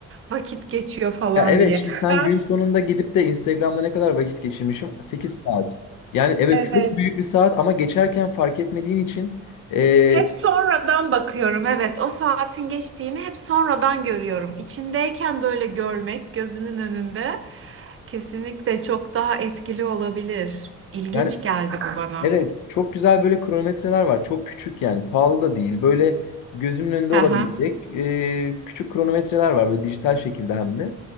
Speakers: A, on the right; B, on the left.
A: Vakit geçiyor falan
B: Ya evet
A: diye.
B: şimdi sen
A: Ben
B: gün sonunda gidip de Instagram'da ne kadar vakit geçirmişim? 8 saat. Yani evet
A: evet.
B: çok büyük bir saat ama geçerken fark etmediğin için e,
A: Hep sonradan bakıyorum. Evet, o saatin geçtiğini hep sonradan görüyorum. İçindeyken böyle görmek gözünün önünde kesinlikle çok daha etkili olabilir. İlginç
B: yani
A: geldi bu bana.
B: Evet, çok güzel böyle kronometreler var. Çok küçük yani, pahalı da değil. Böyle gözünün önünde
A: Hı
B: olabilecek
A: hı.
B: e, küçük kronometreler var böyle dijital şekilde hem de.